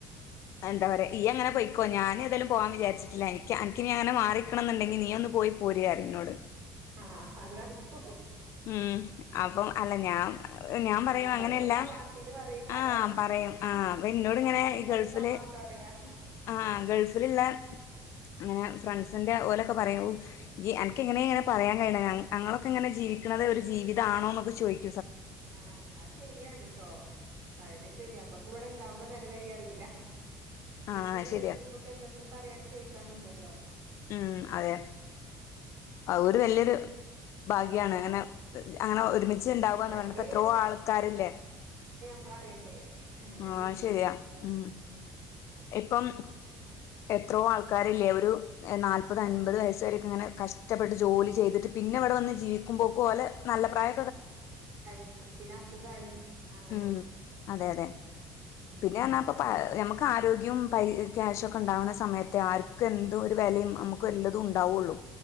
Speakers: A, on the left; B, on the right.
A: എന്താ പറയാ ഈ അങ്ങനെ പോയിക്കോ ഞാന തായലിലും പോകാൻ വിചാരിിട്ടില്ല എനിക്ക് എനക്ക്ിന അങ്ങനെ മാറിക്കണം എന്നുണ്ടെങ്ക നീ ഒന്ന് പോയി പോരയരുന്നു ഇ എന്നോട്
B: ആഹ അതാക്ക
A: ഉ അപ്പം അല്ല ഞാൻ ഞാൻ പറയും
B: ആഹ് വെറുതെ
A: അങ്ങനെയല്ല
B: തമാശീല് പറയേക്കാരം
A: ആ പറയും ആഹ് അപ്പൊ എന്നന്നോട് ഇങ്ങനെ
B: അപ്പൊ ഓല്
A: ഈ
B: ഇങ്ങട്ട്
A: ഗൾഫില്
B: തമാശ പറയാ
A: ആഹ ഗൾഫിലുള്ള അങ്ങനെ
B: ഉം
A: ഫ്രണ്ട്സിന്റെ ലെ പറ എനക്ക് എങ്ങനെ എങ്ങനെ പറയാൻ കഴി അൊക്കെ എങ്ങനെ ജീിക്ക ഒരു ജീവിതണോ എന്നൊെ ചോിക്കും
B: ആഹ അ ശരിയാണ്ട്ടോ പറയണ്ട് ശെരി നമ്മക്ക് ഇവിടെ ഇണ്ടാവുമ്പോ നനവരി അറിയില്ല
A: ആഹ്
B: എന്തിന
A: ശരിയാ
B: എ നമുക്ക് എല്ലാത്തിനും പറയാനും ചോദിക്കാനുണ്ടല്ലോ
A: ഉം അതെ ആ ഒരുര് വല്യൊരു ഭാഗ്യാണ്
B: ആഹ്
A: അങ്ങനെ അങ്ങനെ
B: ആഹ്
A: ഒരുമിിച്ചച്ച് ഉണ്ടാവുകന്ന്
B: മറ്റേ
A: പറഞ്ഞപ്പ എത്രയോ ആൾക്കാരില്ലേ
B: നമ്മള അറിയണ്ടേ അങ്ങനെയുണ്ട്
A: ആഹ് ശരിയാ ഉം
B: ഉ
A: ഇപ്പം എത്രോ ആൾക്കാരില്ല ഒരു നാല്പത് അമ്പപത് വയ വരക്ക ഇങ്ങനെ കഷ്ടപ്പെട്ട് ജോലി ചെയ്തിട്ട് പിന്നെ ഇവിടെ വന്ന് ജീവിക്കുമ്പോക്ക നല്ല പ്രായ
B: കഴിഞ്ഞു പിന്നെ അസുഖമായി അങ്ങനെ
A: ഉം അതെ അതെ
B: ഉം.
A: പിന്നൊപ്പ നമുക്ക് ആരോഗ്യവും പരി ക്യാഷ ഒക്കെ ഉണ്ടാാവുന്ന സമയത്തെ ആർക്കും എന്ത ഒരു വിലയും നമുക്ക് വല്ലതും ഉണ്ടാവുള്ളൂ